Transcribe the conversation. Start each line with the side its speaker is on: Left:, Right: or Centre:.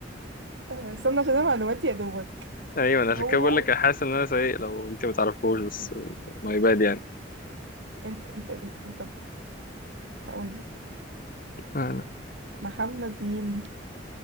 Right: آه، استنى عشان انا معلوماتي يا دوبك
Left: <laughs> أيوة أنا عشان
Right: هو
Left: كده بقول لك أنا حاسس إن أنا سايق لو أنت متعرفوش بس
Right: م-
Left: ماي باد يعني
Right: انت انت انت طب هقول لك
Left: أنا
Right: محمد مين